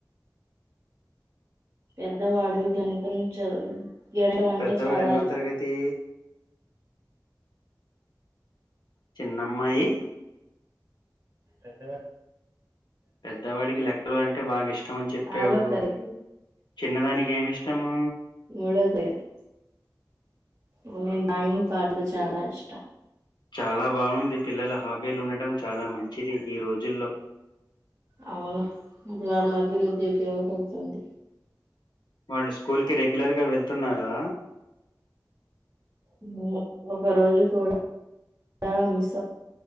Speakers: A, on the right; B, on the left.
A: పెద్దవాడు గణితం చదువు గణితం అంటే
B: పెద్దవాడు
A: చాలా
B: ఎన్నో
A: ఇష్టం
B: తరగతి చిన్నమ్మాయి
A: పెద్ద వాడ్
B: పెద్దవాడికి లెక్కలు అంటే బాగా ఇష్టమని చెప్పావు
A: ఆరో తరగతి
B: చిన్నదానికి ఏమి ఇష్టము
A: మూడో తరగతి ఆమె బాయింగ్ ప్యాడ్ లు చాలా ఇష్టం
B: చాలా బాగుంది పిల్లల హాబీలు ఉండడం చాలా మంచిది ఈ రోజుల్లో
A: అవును అదివల్ల అభివృద్ధి ఉపయోగపడుతుంది
B: వాళ్ళు స్కూల్ కి రెగ్యులర్ గా వెళ్తున్నారా
A: హ్మ్ ఒక రోజు కూడా చాలా మిస్